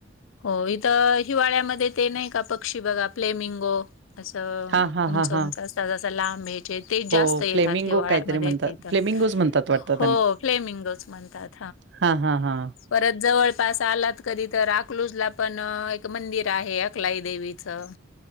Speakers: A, on the left; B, on the right.
A: हो इथं हिवाळ्यामध्ये ते नाही का पक्षी बघा फ्लेमिंगो, असं
B: हां हां
A: उंच-उंच
B: हां हां.
A: अस ता जसा लांब एक. ते ते
B: हो
A: जास्त येतात
B: फ्लेमिंगो
A: हिवाळ्यामध्ये
B: काहीतरी म्हणतात.
A: इथ इथं
B: फ्लेमिंगोज म्हणतात वाटतं
A: हो, फ्लेमिंगोच म्हणतात.
B: हा हा हा.
A: परत जवळपास आलात कधी तर अकलुजला पण एक मंदिर आहे अकलाई देवीचं